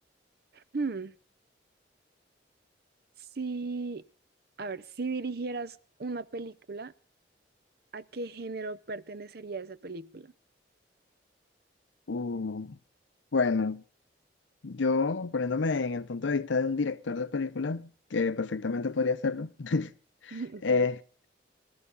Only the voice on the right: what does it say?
Hmm, si, a ver, si dirigieras una película, ¿a qué género pertenecería esa película?
<laughs> Ok.